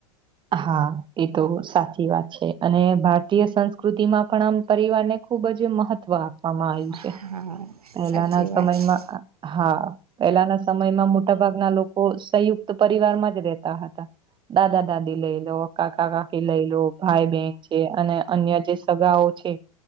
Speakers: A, on the right (about 25°); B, on the right (about 80°).
A: હા, એ તો સાચી વાત છે અને ભારતીય સંસ્કૃતિમાં પણ આમ પરિવારને ખુબ જ મહત્વ આપવામાં આવ્યું
B: હા
A: છે. પેલાના
B: સાચી
A: સમયમાં
B: વાત છે
A: હા પહેલાના સમયમાં મોટાભાગના લોકો સંયુક્ત તો પરિવારમાં જ રેતા હતા દાદા દાદી લઈ લો કાકા કાકી લઈ લો ભાઈ બન છે અને અન્ય જે સગાઓ છે